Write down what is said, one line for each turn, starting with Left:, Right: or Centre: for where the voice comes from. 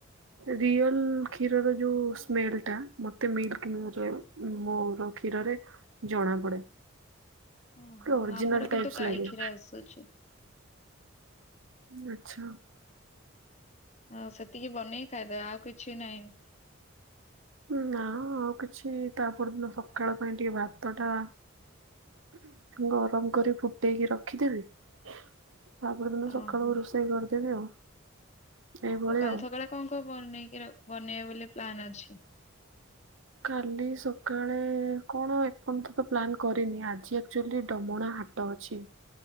Right: ରିଅଲ କ୍ଷୀରର ଯୋଉ ସ୍ମେଲ୍ ଟା ମତେ ମିଲକ୍ ମୁଁ ମୋର କ୍ଷୀରରେ ଜଣା ପଡେ
Left: ଓହୋ
Right: ଅଜିନାଲ୍
Left: ଆମର
Right: ଟାଇପସ୍
Left: କିନ୍ତୁ ଗାଈ
Right: ଲାଗେ।
Left: କ୍ଷୀର ଆସୁଛି।
Right: ଉ ଆଚ୍ଛା।
Left: ହଁ ସେତିକି ବନେଇ ଖାଇଦେ ଆଉ କିଛି ନାହିଁ।
Right: ଉଁ ନାଁ ଆଉ କିଛି ତା ପରଦିନ ସକାଳ ପାଇଁ ଟିକେ ଭାତଟା ଗରମ କରି ଫୁଟେଇକି ରଖିଦେବି ତାପରଦିନ
Left: ଓହୋ।
Right: ସକାଳୁରୁଷ ସେଇ କରିଦେବି ଆଉ। ଏଇଭଳି
Left: ଓ କାଲି
Right: ଆଉ।
Left: ସକାଳେ କଣ କଣ ବନେଇକି ର ବନେଇବେ ବୋଲି ପ୍ଲାନ୍ ଅଛି?
Right: କାଲି ସକାଳେ କଣ ଏପର୍ଯ୍ୟନ୍ତ ତ ପ୍ଲାନ୍ କରିନି ଆଜି ଆକ୍ଚୋଲି ଡମଣା ହାଟ ଟ ଅଛି